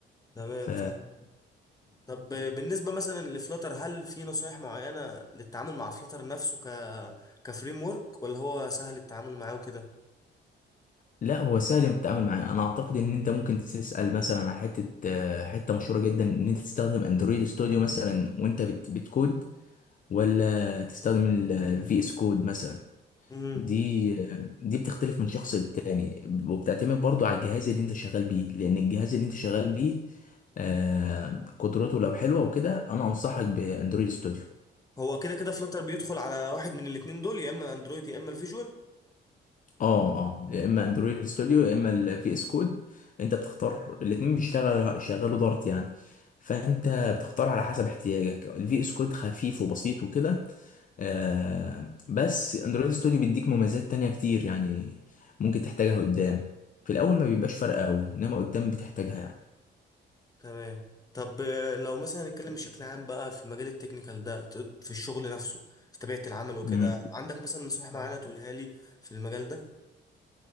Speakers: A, on the left (about 20°); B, on the left (about 40°).
A: تمام
B: ف
A: فاهم طب آه، بالنسبة مثلا لفلاتر هل في نصايح معينة للتعامل مع فلاتر نفسه ك كفريم ورك ولا هو سهل التعامل معاه وكده؟
B: لا هو سهل التعامل معاه انا اعتقد ان انت ممكن تسال مثلا على حته آه، حته مشهوره جدا ان انت تستخدم اندرويد ستوديو مثلا وانت بت بتكود ولا تستخدم الفي اس كود مثلا
A: امم
B: دي آه، دي بتختلف من شخص للتاني وبتعتمد برضو على الجهاز اللي انت شغال بيه لان الجهاز اللي انت شغال بيه آه، قدرته لو حلوه وكده انا انصحك باندرويد ستوديو
A: هو كده كده فلاتر بيدخل على واحد من الاتنين دول يا اما اندرويد يا اما الفيجوال
B: اه اه يا اما اندرويد ستوديو يا اما الفي اس كود انت بتختار الاتنين بيشتغل شغالوا دارت يعني فانت بتختار على حسب احتياجك الفي اس كود خفيف وبسيط وكده آه بس اندرويد ستوديو بيديك مميزات تانية كتير يعني ممكن تحتاجها قدام في الاول ما بيبقاش فرق قوي انما قدام بتحتاجها يعني
A: تمام طب آه، لو مثلا نتكلم بشكل عام بقى في المجال التكنيكال ده ت- في الشغل نفسه في طبيعة العمل وكده
B: مم.
A: عندك مثلا نصيحة معينة تقولها لي في المجال ده